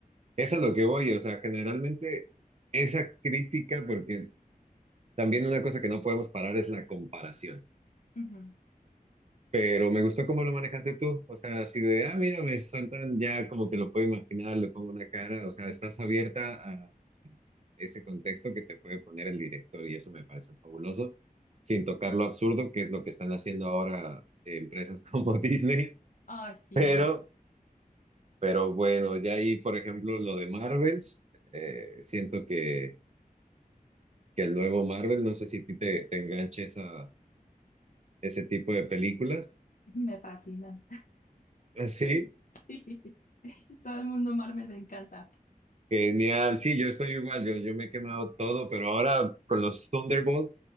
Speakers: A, on the right; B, on the left.
A: eso es a lo que voy, o sea, generalmente esa crítica, porque También una cosa que no podemos parar es la comparación.
B: Ujú.
A: Pero me gustó cómo lo manejaste tú. O sea, así de, ah, mira, me sueltan ya como que lo puedo imaginar, le pongo una cara. O sea, estás abierta a ese contexto que te puede poner el director y eso me parece fabuloso, sin tocar lo absurdo, que es lo que están haciendo ahora eh, empresas <laughs> como Disney.
B: Ay, sí,
A: Pero,
B: no,
A: pero bueno, ya ahí, por ejemplo, lo de Marvels, eh, siento que, que el nuevo Marvel, no sé si a ti te, te enganche esa, ese tipo de películas
B: me fascinan.
A: Ah, Sí,
B: <laughs> Sí, todo el mundo Marvel me encanta.
A: genial. Sí, yo estoy igual, yo, yo me he quemado todo, pero ahora con los Thunderbolt,